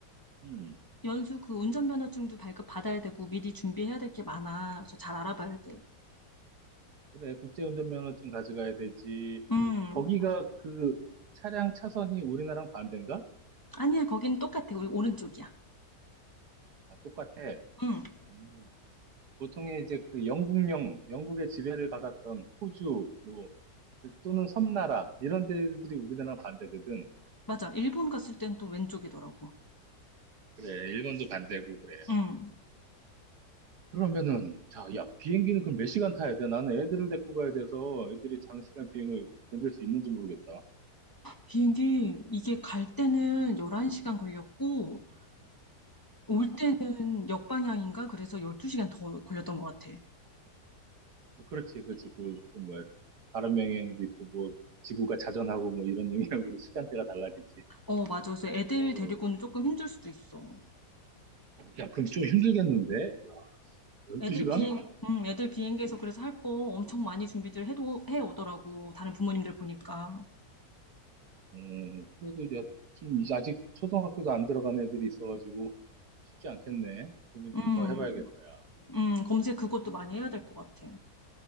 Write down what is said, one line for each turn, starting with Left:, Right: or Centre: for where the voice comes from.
Right: 음,
Left: 연수 그 운전면허증도 발급 받아야 되고 미리 준비해야 될 게 많아. 그래서 잘 알아봐야 돼.
Right: 그래. 국제운전면허증 가져가야 되지.
Left: 응.
Right: 거기가 그 차량 차선이 우리나라랑 반대인가?
Left: 아니야, 거긴 똑같아. 우리 오른쪽이야.
Right: 아, 똑같아.
Left: 응.
Right: 음, 보통의 이제 그 영국령, 영국의 지배를 받았던 호주, 뭐, 또는 섬나라, 이런 데들이 우리나라 반대거든.
Left: 맞아. 일본 갔을 땐 또 왼쪽이더라고.
Right: 그래, 일본도 반대고 그래.
Left: 응.
Right: 그러면은, 자, 야, 비행기는 그럼 몇 시간 타야 돼? 나는 애들을 데리고 가야 돼서 애들이 장시간 비행을 견딜 수 있는지 모르겠다.
Left: 비행기 이게 갈 때는 11시간
Right: 음.
Left: 걸렸고 올 때는 역방향인가? 그래서 12시간 더 걸렸던 것 같아.
Right: 아, 그렇지, 그렇지. 그, 그 뭐야. 다른 명행도 있고, 뭐, 지구가 자전하고 뭐 이런 영향으로 시간대가 달라지지.
Left: 어, 맞아. 그래서 애들
Right: 어,
Left: 데리고는 조금 힘들 수도 있어.
Right: 야, 그럼 좀 힘들겠는데? 야, 12시간?
Left: 애들 비행, 음, 애들 비행기에서 그래서 할 거 엄청 많이 준비들 해도, 해 오더라고. 다른 부모님들 보니까.
Right: 음, 그래도 이제 좀 이제 아직 초등학교도 안 들어간 애들이 있어가지고 쉽지 않겠네. 고민 좀
Left: 음,
Right: 더 해봐야겠다, 야.
Left: 음, 검색 그것도 많이
Right: 음.
Left: 해야 될 것 같아.